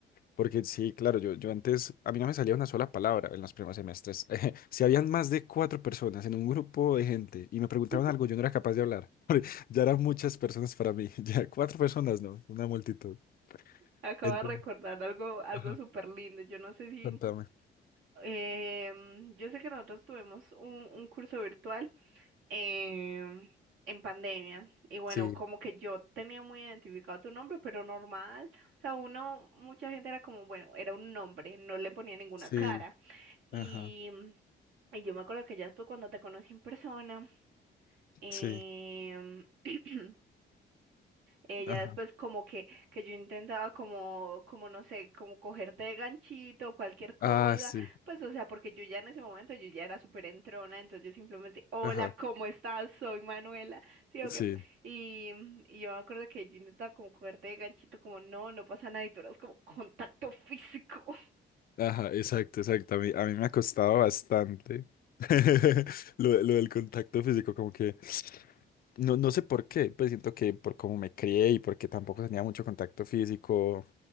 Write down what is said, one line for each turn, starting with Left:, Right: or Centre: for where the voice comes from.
Left: Porque sí, claro, yo, yo antes, a mí no me salía una sola palabra en los primeros semestres. <laughs> si habían más de cuatro personas en un grupo de gente y me preguntaban
Right: <laughs>
Left: algo, yo no era capaz de hablar. <laughs> porque Ya eran muchas personas para mí. <laughs> Ya cuatro personas, no, una multitud.
Right: Acabo
Left: Entonces,
Right: de recordar algo, algo
Left: ajá,
Right: súper lindo. Yo no sé si...
Left: contame.
Right: em, yo sé que nosotros tuvimos un, un curso virtual em, en pandemia y bueno,
Left: Sí,
Right: como que yo tenía muy identificado tu nombre, pero normal. O sea, uno, mucha gente era como, bueno, era un nombre, no le ponía ninguna
Left: sí,
Right: cara. Y,
Left: ajá,
Right: y yo me acuerdo que ya después cuando te conocí en persona, em,
Left: sí,
Right: <clears throat> eh, ya
Left: ajá.
Right: después como que, que yo intentaba como, como no sé, como cogerte de ganchito, cualquier cosa,
Left: Ah, sí,
Right: pues o sea, porque yo ya en ese momento yo ya era súper entrona, entonces yo simplemente, hola,
Left: ajá,
Right: ¿cómo estás? Soy Manuela, ¿sí o
Left: sí,
Right: qué? Y, y yo me acuerdo que yo intentaba como cogerte de ganchito, como no, no pasa nada, y tú eras como contacto físico. <laughs>
Left: ajá, exacto, exacto. A mí, a mí me ha costado bastante <laughs> lo, lo del contacto físico, como que... No, no sé por qué, pues siento que por cómo me crié y porque tampoco tenía mucho contacto físico